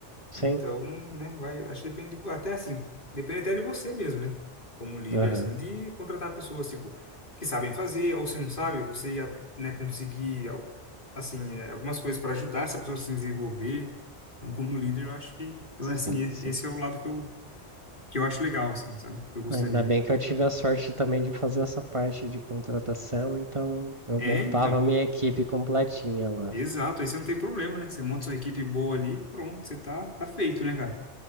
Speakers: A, on the right; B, on the left.
A: Sim.
B: Então, né, vai, acho que depende, de- até assim, depende até de você mesmo, né? Como líder,
A: Aham.
B: assim, de contratar pessoas, tipo, que sabem fazer, ou se não sabe, você ia, né, conseguir, al- assim, é, algumas coisas para ajudar essa pessoa a se desenvolver. Então, como líder, eu acho que, então,
A: Sim,
B: é assim, e-
A: sim.
B: esse é o lado que eu, que eu acho legal, assim, sabe? Que eu gostaria.
A: Ainda bem que eu tive a sorte também de fazer essa parte de contratação, então eu
B: É,
A: montava
B: então,
A: a minha equipe completinha lá.
B: exato, aí você não tem problema, né? Você monta sua equipe boa ali, pronto, você tá, tá feito, né, cara?